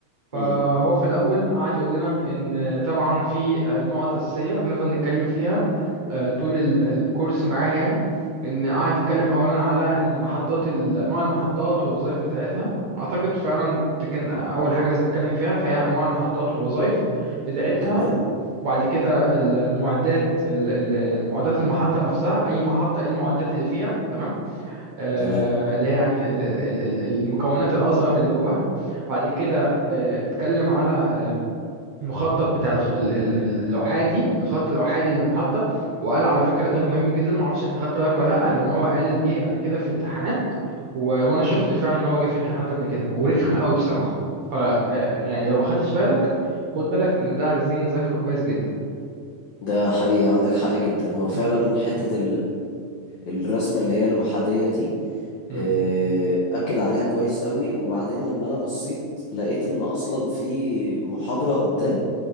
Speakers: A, on the right; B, on the left.
A: فهو
B: امم
A: في الأول قعد يقول لنا إن طبعا في آه، نقط أساسية هنفضل نتكلم فيها آه، طول ال- الكورس معاه يعني إن قعد يتكلم أولا على إن محطات ال- أنواع المحطات والوظائف بتاعتها أعتقد فعلا تجن أول حاجة لازم نتكلم فيها فهي أنواع المحطات والوظائف بتاعتها
B: تمام
A: وبعد كده المعدات ال- ال- المعدات المحطة نفسها أي محطة إيه المعدات اللي فيها تمام آه،
B: تمام
A: اللي هي يعني ال- ال- ال- المكونات الأصغر اللي جواها بعد كده آه، اتكلم على آه، المخطط بتاع الخ- ال- ال- ال- الأحادي الخط الأحادي للمحطة وقال على فكرة ده مهم جدا معرفش انت خدت بالك ولا لأ لأن هو قال جه قبل كده في امتحانات و... وأنا شفت فعلا إن هو جه في امتحانات قبل كده ورخم قوي بصراحة ف آه، يعني لو ما خدتش بالك خد بالك لأن ده عايزين نذاكره كويس جدا
B: ده حقيقي عندك حق جدا هو فعلا
A: مم.
B: حتة الرسمة اللي هي الأحادية دي
A: مم.
B: آه، أكد عليها كويس قوي وبعدين لما أنا بصيت لقيت إن أصلا في محاضرة قدام